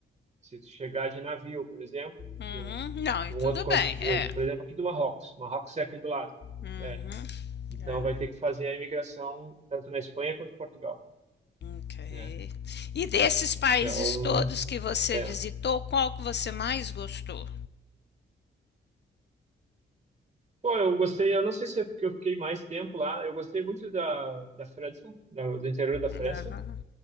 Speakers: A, on the right (about 30°); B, on the left (about 55°).
A: Se tu chegar de navio, por exemplo,
B: uhum.
A: de um,
B: Não,
A: de
B: e
A: um
B: tudo
A: outro continente,
B: bem, é.
A: por exemplo, aqui do Marrocos. Marrocos é aqui do lado.
B: Uhum.
A: né? Então
B: Olha,
A: vai ter que fazer a imigração tanto na Espanha quanto em Portugal,
B: Ok.
A: né?
B: E desses
A: Então,
B: países todos que você
A: é.
B: visitou, qual que você mais gostou?
A: Pô, eu gostei, eu não sei se é porque eu fiquei mais tempo lá, eu gostei muito da, da França, da- do interior da França,
B: Aham.